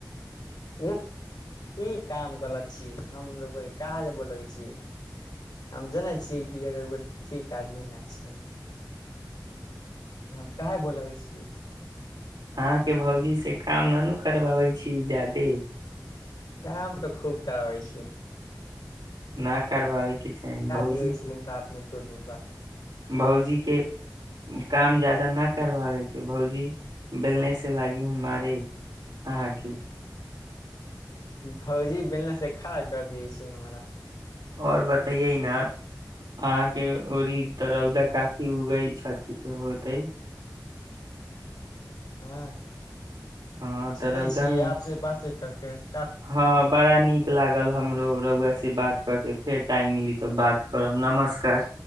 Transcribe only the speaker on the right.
अहाँके भौजी से काम न नू करबाबै छी ज्यादे
न करवाबेके चाही भहुजी
भहुजी के काम जाते न करवाबे के भउजी बेलने से लागी हन मारे अहााँके
ओर बतैये न अहााँके त रौदा काफी उगई छथि होते
हँ
तऽ रौदा
मे
हँ बड़ा नीक लागल हमरो रहुआ से बात कऽ के फेर टाइम मिली तऽ बात करब नमस्कार